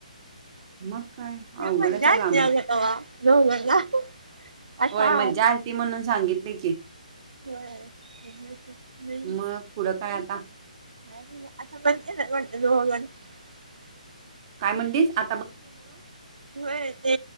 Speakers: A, on the right; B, on the right.
A: मग काय अवघड्याच
B: मज्जा
A: काम
B: असते अगं
A: आहे.
B: तवा दोघांना आता
A: होय मज्जा आलती म्हणून सांगितली की.
B: ब नाही.
A: मग पुढं काय आता
B: आता बंद झाले वाटत <unintelligible>
A: काय म्हणलीस आ
B: होय ते